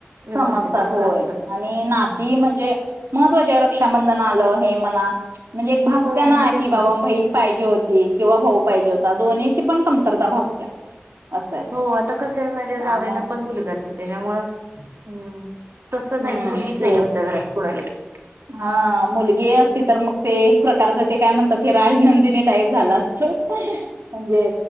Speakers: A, on the right; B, on the right.
A: व्यवस्थित
B: समजतात
A: असं
B: होय
A: असलं की
B: आणि
A: हम्म
B: नाती म्हणजे महत्त्वाचे रक्षाबंधन आल हे म्हणा म्हणजे एक भासत्या
A: हो
B: ना
A: मग तेच
B: की बाबा बहीण पाहिजे होती किंवा भाऊ पाहिजे होता दोन्हींची पण कमतरता भासत्या असं आहे
A: हो आता कस आहे माझ्या
B: त्यामुळे
A: जावेला पण मुलगाच त्याच्यामुळ हम् तस नाहीच
B: हम्म
A: मुलीच
B: ते
A: नाही आमच्या घरात कुणालाच
B: हा मुलगी असती तर मग ते एक प्रकारच ते काय म्हणतात ते राजनंदिनी टाईप झाला असत म्हणजे